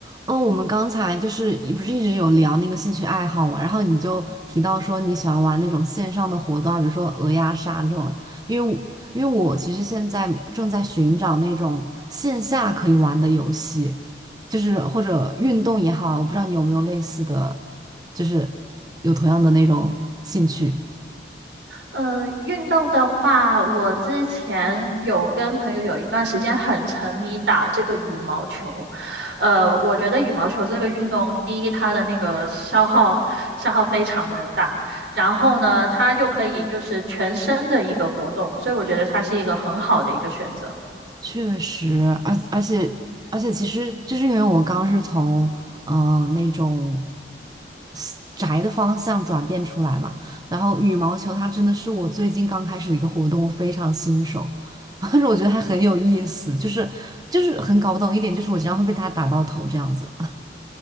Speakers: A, on the right; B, on the right.
A: 哦，我们刚才就是不是一直有聊那个兴趣爱好嘛，然后你就提到说你喜欢玩那种线上的活动啊，比如说鹅鸭杀这种的因为我因为我其实现在正在寻找那种线下可以玩的游戏，就是或者运动也好，我不知道你有没有类似的，就是有同样的那种兴趣。
B: 呃，运动的话，我之前有跟朋友有一段时间很沉迷打这个羽毛球。呃，我觉得羽毛球这个运动，第一，它的那个消耗消耗非常的大，然后呢，它又可以就是全身的一个活动，所以我觉得它是一个很好的一个选择。
A: 确实，而而且而且，其实就是因为我刚是从嗯、呃那种 s- 宅的方向转变出来嘛，然后羽毛球它真的是我最近刚开始的一个活动，我非常新手，<laughs> 但是我觉得还很有意思，就是就是很搞不懂一点，就是我经常会被它打到头这样子。